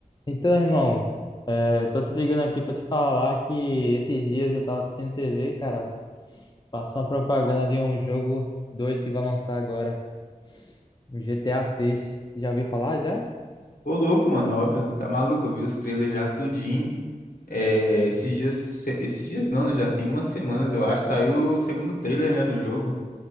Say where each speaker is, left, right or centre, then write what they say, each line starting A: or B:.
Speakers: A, on the left; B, on the left.
A: Então, irmão, é, tô te ligando aqui pra te falar que esses dias eu tava assistindo TV, cara, passou uma propaganda de um jogo doido que vai lançar agora, o GTA seis Já ouviu falar já?
B: Ô, louco, mano, óbvio, tá maluco, eu vi os trailers já tudinho. É, esses dias, esses dias não, né? Já tem umas semanas, eu acho, saiu o segundo trailer, né, do jogo.